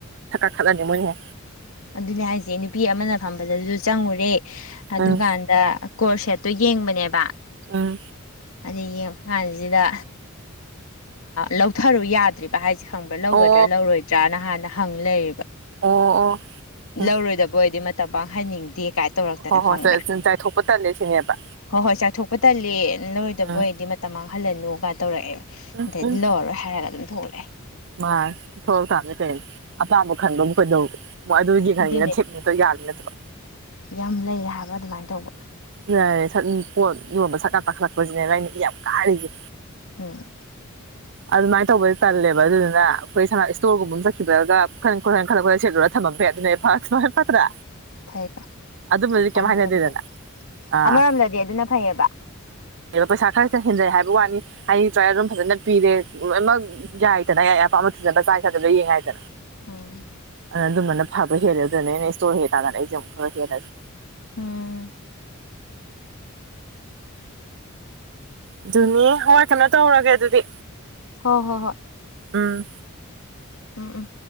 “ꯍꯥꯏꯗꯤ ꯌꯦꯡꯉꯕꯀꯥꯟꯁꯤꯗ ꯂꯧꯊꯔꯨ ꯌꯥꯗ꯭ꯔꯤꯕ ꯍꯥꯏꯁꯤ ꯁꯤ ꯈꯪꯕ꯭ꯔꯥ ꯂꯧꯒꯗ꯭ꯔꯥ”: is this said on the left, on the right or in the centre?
Left